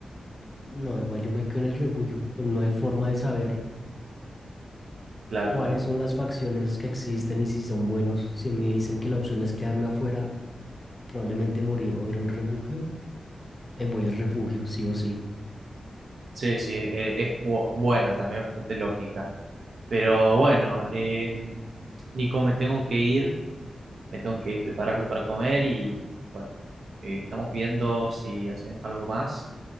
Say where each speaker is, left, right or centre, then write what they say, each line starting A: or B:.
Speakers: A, on the left; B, on the right.
A: No, igual yo me quedo en el refugio. Pues no hay forma de saber
B: Claro,
A: cuáles
B: claro.
A: son las facciones que existen y si son buenos. Si me dicen que la opción es quedarme afuera, probablemente morir o ir a un refugio, eh, voy al refugio, sí o sí.
B: Sí, sí, eh, es bu- buena también, bastante lógica. Pero bueno, eh, Nico, me tengo que ir, me tengo que preparar algo para comer y bueno, eh, estamos viendo si hacemos algo más